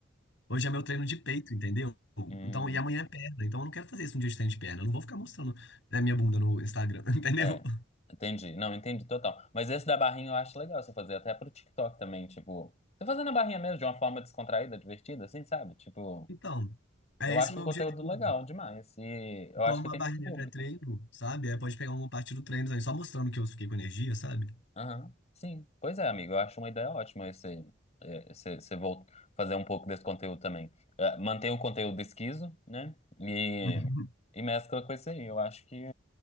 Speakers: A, on the left; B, on the left.
A: hoje é meu treino de peito, entendeu?
B: Hum.
A: Então, e amanhã é perna. Então eu não quero fazer isso um dia de treino de perna. Eu não vou ficar mostrando a minha bunda no Instagram, <laughs> entendeu?
B: É, entendi. Não, entendi total. Mas esse da barrinha eu acho legal você fazer até pro TikTok também, tipo, você fazendo a barrinha mesmo de uma forma descontraída, divertida, assim, sabe? Tipo,
A: Então, é
B: eu
A: esse
B: acho
A: meu
B: um conteúdo
A: objetivo.
B: legal demais e eu
A: Como
B: acho que
A: uma
B: tem
A: barrinha
B: muito público.
A: pré-treino, sabe? Aí pode pegar uma parte do treino também, só mostrando que eu fiquei com energia, sabe?
B: Aham. Sim. Pois é, amigo, eu acho uma ideia ótima esse, é, esse, você volta fazer um pouco desse conteúdo também. É, Mantém o conteúdo esquiso, né? E,
A: <laughs>
B: e mescla com esse aí. Eu acho que